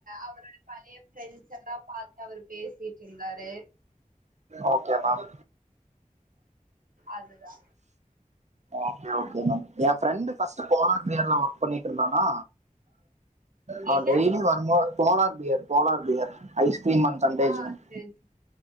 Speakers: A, on the right (about 80°); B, on the right (about 55°).
A: அவரோட பழைய ப்ரெண்ட்ஸ் எல்லா பாத்து அவரு பேசிட்ருந்தாரு
B: ஓகே மேம்
A: அதுதா
B: ஓகே ஓகே மேம் என் ஃப்ரெண்ட் ஃபர்ஸ்ட் <unintelligible> வொர்க் பண்ணிட்டு இருந்தானா அவன்
A: எங்க
B: டெய்லி வரும்போது polar bear polar bear ice cream and Sunday
A: ஆ
B: ஜோன்
A: தெரிஞ்சு